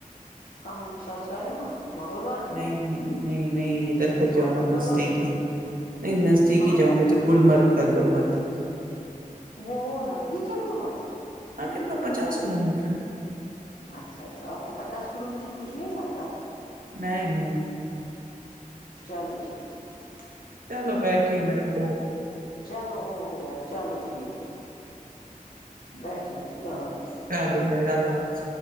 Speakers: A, on the left; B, on the right.
A: کہانی نشاد شالیمار <unintelligible>
B: نہیں نہیں نہیں نہیں ادھر
A: پھر
B: تک
A: بوٹنیکل
B: جاؤں گا نزدیک
A: گارڈن
B: ہی نہیں نزدیک
A: کہاں
B: ہی جاؤں
A: پہ
B: گا ادھر گلمر تک گلمر تک
A: وہ نزدیک ہے کولمر
B: ہاں کتنا پچاس کلو میٹر ہے
A: اچھا اچھا آپ کو پچاس کلو میٹر کچھ نہیں لگتا
B: نہیں نہیں
A: چلو ٹھیک ہے ٹھیک ہے
B: چلو بیٹھیے میرے فو
A: چلو ہو گیا چلو ٹھیک ہے بیٹھیے خدا حافظ
B: چلو بائی اللہ حافظ